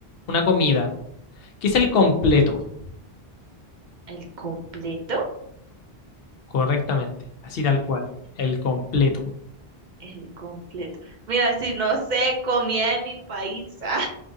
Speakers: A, on the left (about 70°); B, on the right (about 50°).
A: una comida. ¿Qué es el completo?
B: ¿El completo?
A: Correctamente, así tal cual, el completo.
B: El completo. Mira, si no sé, comida de mi país. <laughs> Ah,